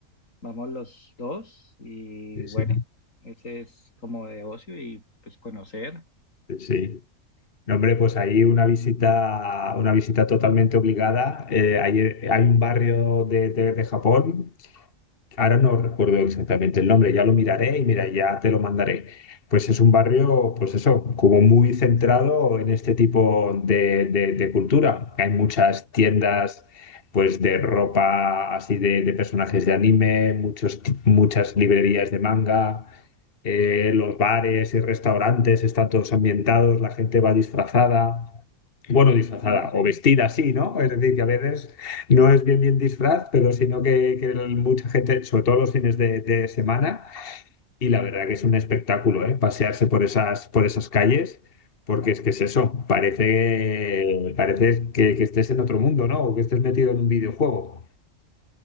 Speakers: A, on the left; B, on the left.
A: vamos los dos y
B: Sí,
A: bueno,
B: sí,
A: ese es como de ocio y pues conocer.
B: sí. sí. No, Hombre, pues ahí una visita, una visita totalmente obligada. Eh, hay, hay un barrio de, de- de Japón Ahora no recuerdo exactamente el nombre, ya lo miraré y mira, ya te lo mandaré. Pues es un barrio, pues eso, como muy centrado en este tipo de, de- de cultura. Hay muchas tiendas, pues de ropa así de, de personajes de anime, muchos, ti- muchas librerías de manga eh, los bares y restaurantes están todos ambientados, la gente va disfrazada, bueno, disfrazada
A: Ah, sí.
B: o vestida así, ¿no? Es decir, que a veces no es bien bien disfraz, pero sino que, que mucha gente, sobre todo los fines de, de semana, y la verdad que es un espectáculo, ¿eh? Pasearse por esas, por esas calles. Porque es que es eso, parece, parece que, que estés en otro mundo, ¿no? O que estés metido en un videojuego.